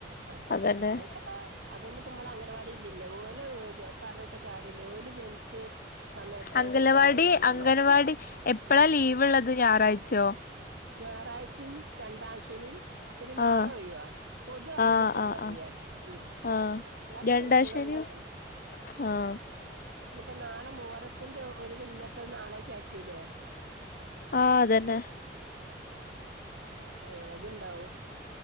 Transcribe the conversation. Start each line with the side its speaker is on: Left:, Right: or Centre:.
Right: ആഹ്
Left: അതന്നെ
Right: അങ്ങനത്തൊക്കെ അതൊന്നും ഇപ്പ ഇമ്പളെടെ അംഗനവാടില് ഇല്ലല്ലോ ഓല പറഞ്ഞിട്ട് കാര്യല്ലഓ ല ജനി ച്ച് സമയത്തെ
Left: അംഗലവാടി
Right: ഇതൊക്കെയാണ് അവരടെ ഭക്ഷണം
Left: അംഗനവാടി എപ്പളാ ലീവ് ഇള്ളത് ഞായറാഴ്ച്യോ?
Right: ഞായറാഴ്ചേം രണ്ടാംശനീം പിന്നെ നാളെ
Left: ആഹ്
Right: ഒഴിവാ പൊതു അവധിക്ക്
Left: ആഹ് ആഹ്
Right: അവധിയാ
Left: ആഹ്
Right: ഉം
Left: ആഹ്
Right: അല്ലാത്ത
Left: രണ്ടാം
Right: ദോസങ്ങളിലൊക്കെ
Left: ശനിയും
Right: ഇണ്ട്
Left: ആഹ്
Right: ഇനി ഇപ്പൊ നാളെ മൊഹറത്തിന്റെ ഒഴിവ് ഇന്നത്തേത് നാളെക്ക് ആക്കിയില്ലേ
Left: ആ അതന്നെ ഹ്
Right: ആ അത്ണ്ടാവും